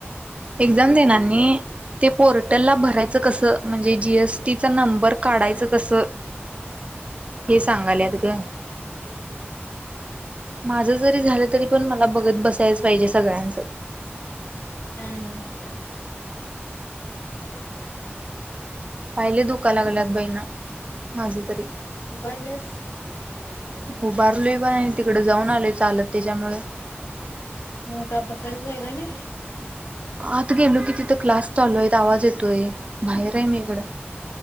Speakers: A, on the right; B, on the left.
A: एक्झाम देणार नाही. ते पोरट हटल ला भरायचं कसं म्हणजे जीएसटीचा नंबर काढायचं कसं हे सांगायलेत ग माझ जरी झालं तरी पण मला बघत बसायच पाहिजे सगळ्यांचं
B: ह <unintelligible>
A: पाय लाई दुकाया लागल्यात बाई, माझे तरी.
B: उभारल्यास पा
A: उभारलोय पण आणि तिकडे जाऊन
B: <unintelligible>
A: आलोय चालत त्याच्यामुळे
B: हो का बसायला जागा नाही.
A: आता गेलो की तिथं क्लास चालूय आवाज येतोय बाहेर आहे मी इकडं